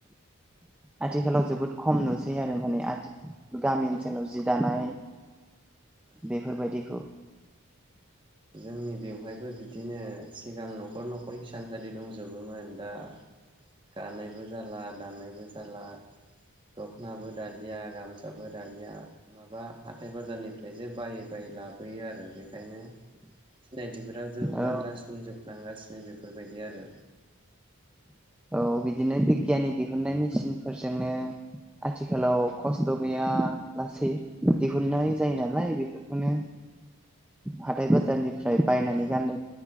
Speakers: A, in the centre; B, on the right.
A: आथिखालाव जोबोद खम नुसै आरो माने गामि ओनसोलाव जि दानाय
B: औ
A: बेफोरबायदिखौ
B: जोंनि बेवहायबो बिदिनो सिगां न'खर न'खर हिसाबै हिसानसालि दंजोबोमोन दा गानायबो जाला दानायबो जाला दख'नाबो दालिया गामसाबो दालिया माबा हाथाय बाजारनिफ्राय बेसे बायै बायै लाबोयो आरो बेखायनो सिनायथिफोरा जोबलांगासिनो
A: औ
B: जोबलांगासिनो बेफोर बेबायदि आरो
A: औ बिदिनो बिगियाननि दिहुननाय मेसिनफोरजोंनो आथिखालाव खस्थ' गैया लासै दिहुननाय जायो नालाय बेफोरखौनो हाथाय बाज बारनिफ्राय बायनानै
B: औ
A: गाननाय